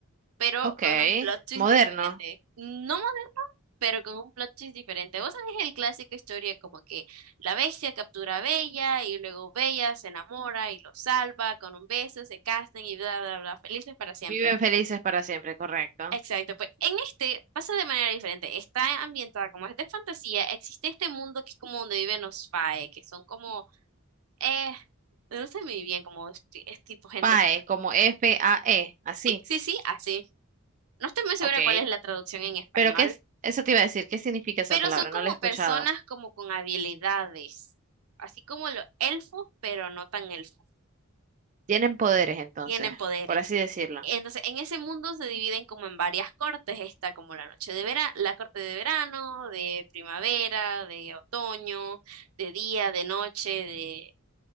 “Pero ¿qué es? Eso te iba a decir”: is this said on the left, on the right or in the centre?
Right